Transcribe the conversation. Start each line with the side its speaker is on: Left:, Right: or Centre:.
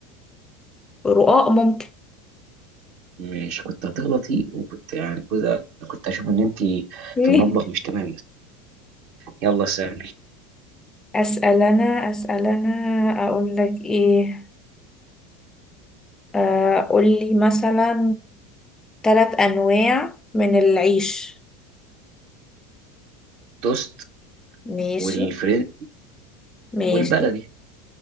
Left: رقاق ممكن
Right: ماشي كنت هتغلطي وكنت يعني كنت كنت اشوف ان انت
Left: <laughs>
Right: في المطبخ مش تمام بس يلا سهل
Left: اسال انا اسال انا اقول لك ايه آه، قولي مثلا ثلاث أنواع من العيش
Right: توست
Left: ماشي
Right: والفرنس
Left: ماشي
Right: والبلدي